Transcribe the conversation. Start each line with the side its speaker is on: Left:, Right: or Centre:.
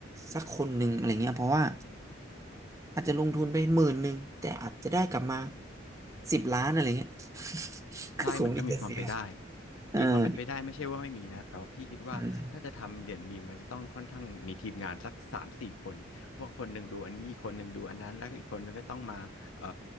Right: สักคนหนึ่งอะไรเงี้ยเพราะว่าอาจจะลงทุนไปหมื่นหนึ่งแต่อาจจะได้กลับมาสิบล้านอะไรเงี้ย <laughs>
Left: ใช่มันก็มีความไปนได้
Right: ก็คงไมแต่จะเสียเออ
Left: อีกความเป็นไปได้ไม่ใช่ว่าไม่มีนะแต่ว่าพี่คิดว่าถ้าจะทำเหรียญมีมมันจะต้องค่อนข้างมีทีมงานสักสามสี่คนพวกคนหนึ่งดูอันนี้อีกคนหนึ่งดูอันนั้นแล้วก็อีกคนหนึ่งก็ต้องมาเอ่อ
Right: อืม